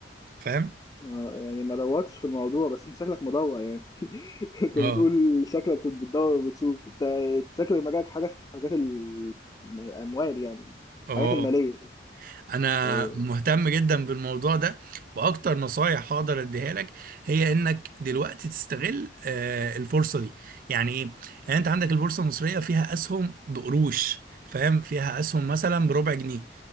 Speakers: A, on the right; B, on the left.
A: فاهم؟
B: آه، يعني ما دورتش في الموضوع بس انت شكلك مدور يعني <laughs> انت
A: اه
B: بتقول شكلك كنت بتدور وبتشوف انت شكل مجالك حاجه في حاجات ال- الاموال يعني
A: اه
B: الحاجات الماليه
A: انا
B: يعني
A: مهتم جدا بالموضوع ده واكتر نصايح هقدر اديها لك هي انك دلوقتي تستغل آه، الفرصة دي يعني ايه؟ يعني انت عندك البورصة المصرية فيها اسهم بقروش فاهم؟ فيها اسهم مثلا بربع جنيه